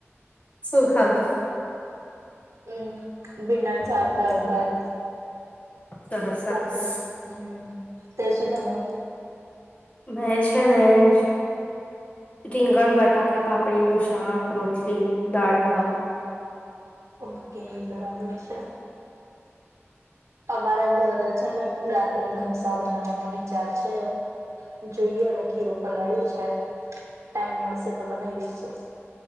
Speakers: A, on the left; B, on the right.
A: શું ખાધું
B: હમ ભિંડા ના શાક દાળ ભાત.
A: સરસ સરસ.
B: ભાખરી હમ. તે સુધા મ.
A: મેજ. છે ને એજ રીંગણ બટાકા પાપડી નું શાક રોટલી દાળ ભાત.
B: ઓકે બરાબર છે. અમારે ઘરે છે ને રાત્રે ઢોંસા બનાવવાનો વિચાર છે જોઈએ હવે ખીરોું પલાળ્યું છે ટાઈમ મળશે તો બનાવી દઈશું.